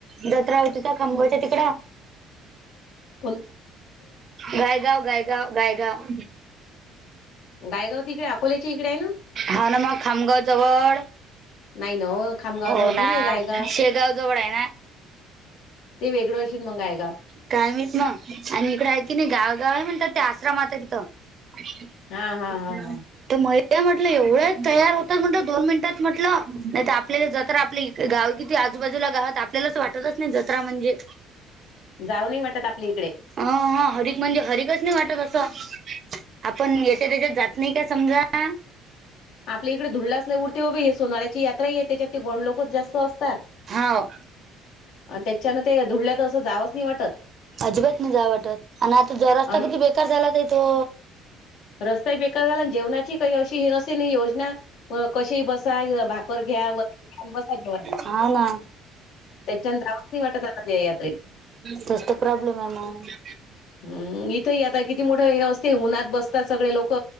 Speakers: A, on the right (about 40°); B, on the left (about 75°).
A: जञा होती तर खांबयच्या तिकड.
B: कोल
A: गायगाव गायगाव गायगाव.
B: गायगाव तिकडे अकोल्याच्या इकडे आहे ना.
A: हा ना मग खामगाव जवळ.
B: नाही ना ओ खामगाव
A: हो
B: जवड
A: ना
B: थोडी आहे गायगाव.
A: शेगाव जवळ आहे ना
B: ते वेगळं अशीेन मंग गायगाव.
A: काय माहित मग ना आणि इकडे आहे की नाही गावागाव आहे म्हणतात ते आश्रमात तिथं. ह.
B: हा हा हा हा
A: तर <unintelligible> म्हटलं एवढ्या तयार होत म्हण दोन मिनिटात म्हटलं नाही तर आपल्याला जतरा आपली गाव किती आजूबाजूला गावात आपल्यालाच वाटतच नाही जत्रा म्हणजे.
B: जाऊ नाही वाटत आपल्या इकडे.
A: अ हा हरिक म्हणजे हरिकच नाही वाटत असं आपण याच्या त्याच्यात जात नाही का समजा. हां.
B: आपल्या इकडे धुडलं लईच उरते हे सोनळ्याची यात्रा ह आहे त्याच्यात ते गोण लोकच जास्त असतात.
A: हाव.
B: आणि त्याच्यानं ते धुळल्यात असं जावंच नाही वाटत
A: अजिबात नाही जा वाटत आणि आता जो रस्ता
B: आणि
A: किती बेकार झाला ताई तो.
B: रस्ताही बेकार झाला आणि जेवणाची काही अशी हिनसेिन योजना, व कसेही बसा भाकर घ्या वै आणि बसा जवा.
A: हा ना.
B: त्याच्यान जावच नाही वाटत आता त्या यात्रेत.
A: तोच तर प्रॉब्लेम आहे मग.
B: हम्म इथे आता किती मोठं हे असते उन्हात बसते. तर सगळे लोक